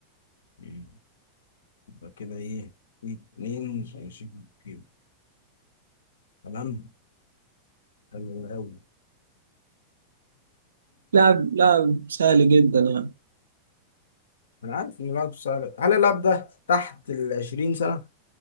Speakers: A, on the left; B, on the right.
A: مم. يبقى كده إيه؟ في اتنين هيشيل فيهم تمام؟ حلو أوي
B: لاعب لاعب سهل جدا يعني
A: أنا عارف إن لاعب سهل هل اللاعب ده تحت ال 20 سنة؟